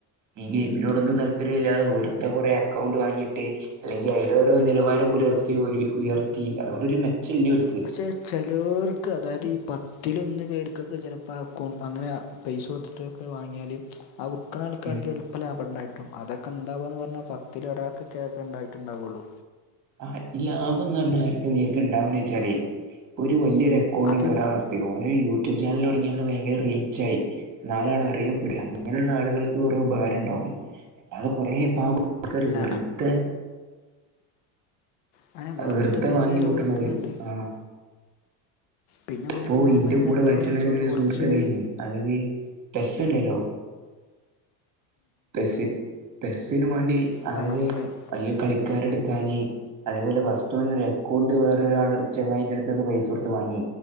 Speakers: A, on the right; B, on the left.
A: ഈ ഗെയിമിനോടൊന്നും താൽപര്യം ഇല്ലാതെ വെറ്തെ കൊറെ അക്കൗണ്ട് വാങ്ങി ഇട്ട് അല്ലെങ്കി അയിൽ കൊറെ ഇന്നെട്ട് ഇപ്പം നിലവാരം പുലെർത്തി ഓര് ഉയെർത്തി അതോണ്ട് ഒര് മെച്ചം ഇല്ല ഓൽക്ക്
B: തെ ചെലോർക്ക് അതായെത് ഈ പത്തിലൊന്ന് പേർക്കൊക്കെ ചെലപ്പോ ആ അക്കൗണ്ട് അങ്ങനെ പൈസ കൊട്ത്ത്ട്ടൊക്കെ വാങ്ങിയാൽ ആ വുക്ക്ണ ആൾക്കാർക്ക്
A: ഉം
B: ചെ ൽപ്പം ലാഭം ഇണ്ടായിട്ടും അതൊക്കെ ഇണ്ടാവാന്ന് പർണാ പത്തിൽ ഒരാക്കൊക്കെ ഇണ്ടായിട്ട് ഇണ്ടാവൊള്ളു
A: ആഹ് ഇത് ലാഭംന്ന് പർണാൽ എങ്ങനൊക്കെ ഇണ്ടാവുംന്ന് ചോയിച്ചാലെയ് ഒര് വല്ല്യ ഒര് അക്കൗണ്ട്
B: അത്
A: ഇണ്ട് ഒരാൾ തെ ഓന് ഒരു യൂട്യൂബ് ചാനൽ തൊടങ്ങിയാണ്ട് ഭയങ്കര റീച്ചായി നാലാൾ അറിയപ്പെടാ ഇങ്ങനെ ഇള്ള ആളുകെൾക്ക് കൊറെ ഉപകാരം ഇണ്ടാവും അല്ലാതെ കൊറെ പാവങ്ങ <unintelligible>
B: അല്ല
A: വെറ്തെ
B: അങ്ങനെ വെറുതെ
A: അഹ് വെറ്തെ
B: പൈസ
A: വാങ്ങിക്കൂട്ട്ണെത്
B: ചിലവഴിക്കുന്നുണ്ട്
A: ആഹ്
B: പിന്നെ ഓൽക്ക്
A: ഇപ്പോ
B: ഇതൊന്നും
A: ഇന്റെ
B: എന്താ
A: കൂടെ
B: ഉണ്ടാവണമെന്ന്
A: പഠിച്ച്ണ
B: ചോദിച്ചാൽ
A: ഒര്
B: കുറച്ച്
A: സുഹൃത്ത് ഇണ്ടെയിനി അതായെത് ഡ്രസ്സ് ഇണ്ടല്ലോ പെസ്സ് പെസ്സിനും മാണ്ടി അതായെത്
B: ആ മനസ്സിലായി
A: അയിൽ കളിക്കാരെ ഇട്ക്കാന് അതേപോലെ ഫസ്റ്റ് ഓന് ഒര് അക്കൗണ്ട് വെറെ ഒരാളെ ചെങ്ങായിന്റെ അട്ത്ത്ന്ന് പൈസ കൊട്ത്ത് വാങ്ങി